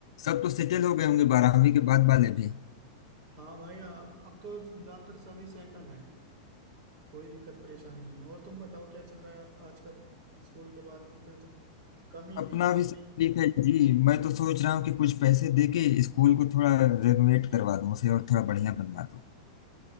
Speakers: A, on the left; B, on the right.
A: सब तो सेटल हो गए होंगे बारहवीं के बाद वाले भी
B: हाँ भाई अब अब तो ज्यादातर सभी सेटल हैं कोई दिक्कत परेशानी नहीं है और तुम बताओ क्या चल रहा है आप आजकल स्कूल के बाद में फिर तुम कम ही
A: अपना
B: दिखते हो
A: भी सेम
B: भाई
A: तकलीफ है जी मैं तो सोच रहा हूँ कि कुछ पैसे दे के स्कूल को थोड़ा रेनोवेट करवा दूँ उसे और थोड़ा बढ़िया बनवा दूँ